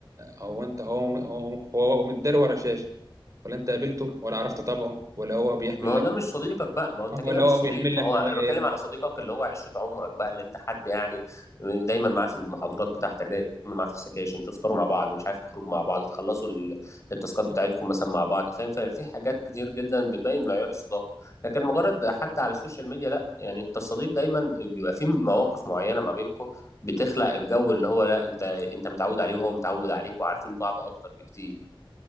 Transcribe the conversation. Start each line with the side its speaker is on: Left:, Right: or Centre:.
Right: هو انت هو هو هو متدار ورا شاشة ولا انت قابلته ولا عرفت طبعه ولا هو بيحمل
Left: ما هو
Right: لك
Left: ده مش صديقك بقى ما هو انت
Right: ولا
Left: كده مش
Right: هو
Left: صديق
Right: بيحمل لك
Left: هو
Right: نوايا
Left: انا
Right: ايه
Left: بتكلم على صديقك اللي هو عشرة عمرك بقى اللي انت حد يعني دايما معاه في المحاضرات بتاعتك دايما معاه في السكاشن تفطروا مع بعض مش عارف تخرجوا مع بعض تخلصوا ال- التاسكات بتاعتكم مثلا مع بعض فاهم ففي حاجات كتير جدا بتبين معيار الصداقة لكن مجرد حد على السوشيال ميديا لا يعني انت الصديق دايما بيبقى فيه مواقف معينة ما بينكم بتخلق الجو اللي هو لا انت انت متعود عليه وهو متعود عليك وعارفين بعض اكتر بكتير